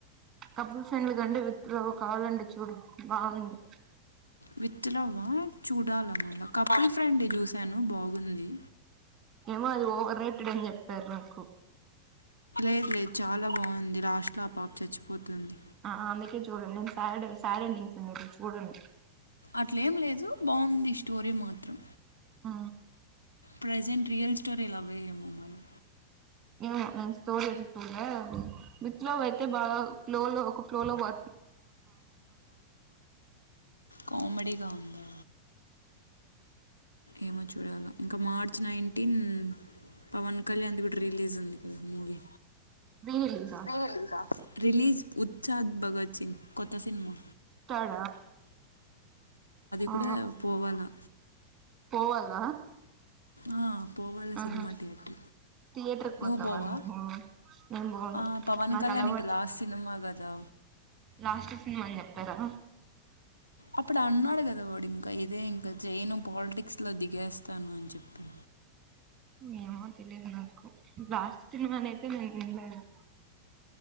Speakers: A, on the right; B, on the left.
A: couple friend friend with love కావలంటే చూడు బావుంది.
B: విత్ లవ్ ఆ చూడాల మల కపుల్స్ ఫ్రండి చూసను బాగ్ ఉంది
A: ఏమో అది ఓవర్ రేటెడ్ అని చెప్పారు నాకు
B: లేద్ లేద్ చాలా బాగుంది. లాస్ట్ లో ఆ పాప చచ్చిపోతుంది.
A: ఆ అందుకే చూడను నేన్ సాడ్ స్ సాడ్ ఎండింగ్స్ ఉన్నేటివి చూడను.
B: అట్లేం లేదు బాగుంది స్టోరీ మాత్రం
A: ఆ
B: ప్రజెంట్ రియల్ స్టోరీలా లవ్ ఏ ఏమో మరి
A: ఏమో నేను స్టోరీ అయితే చూడలే అది. విత్ లవ్ అయితే బాగా ఫ్లో లో ఒక ఫ్లోలో పో
B: కామెడీ గా ఉందా? ఏమో చూడాల ఇంక మార్చ్ నైన్ ఇన్ పవన్ కళ్యాణ్ది కూడా రిలీజ్ ఉంది కదా మూవీ.
A: రీ రిలీజా
B: మీ రిలీజ్ ఉచ్చాద్ భగత్ సింగ్ కొత్ త్త సిన్మా
A: ఆఆ
B: కూడా
A: ఆ
B: పోవాలా
A: పోవాల?
B: ఆ, పోవాలా
A: ఆహ
B: సినిమా థియేటర్
A: థియేటర్కి
B: నువ్వు
A: పోతావా
B: పోవా
A: నువ్వు? నేన్ బోను
B: ఆ, పవన్
A: నాకు
B: కళ్యాణ్
A: అలవాట్,
B: ఇంకా లాస్ట్ సినిమా కదా
A: లాస్ట్ సినిమ అన్ చెప్పారా?
B: అప్పుడు అన్నాడు కదా వాడు ఇంక ఇదే ఇంకా చేయను పాలిటిక్స్లో దిగేస్తాను అన్ చెప్పి.
A: ఏమో తెలిదు నాకు. లాస్ట్ సినిమానినైతే నేన్ ఇన్లేదు.